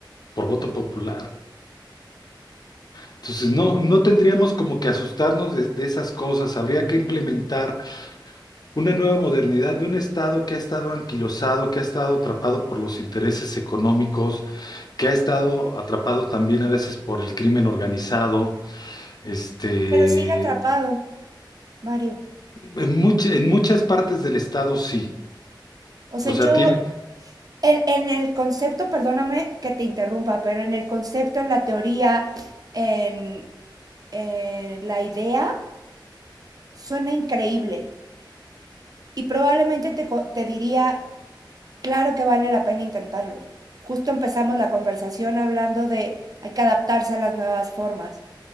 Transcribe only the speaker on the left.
por voto popular. Entonces, no, no tendríamos como que asustarnos de, de esas cosas. Habría que implementar una nueva modernidad de un Estado que ha estado anquilosado, que ha estado atrapado por los intereses económicos, que ha estado atrapado también a veces por el crimen organizado. Este,
en mucha- en muchas partes del Estado sí.
O
sea, tiene...